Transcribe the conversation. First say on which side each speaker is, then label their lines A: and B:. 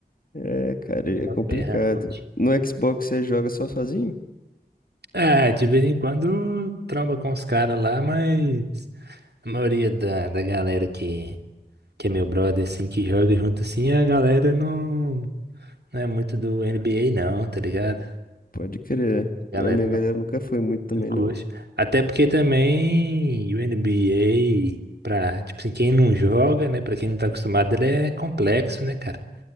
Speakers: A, on the left; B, on the right.
A: É, cara,
B: Só
A: é complicado.
B: ferrando com o time.
A: No Xbox você joga só sozinho?
B: Ah, de vez em quando tromba com os caras lá, mas a maioria da, da galera que, que é meu brother, assim, que joga junto assim, a galera não, não é muito do NBA não, tá ligado?
A: Pode crer.
B: Galera,
A: A minha
B: não,
A: galera nunca foi muito também,
B: não curte.
A: não.
B: Até porque também o NBA, pra, tipo assim, quem não joga, né? Pra quem não tá acostumado, ele é complexo, né, cara?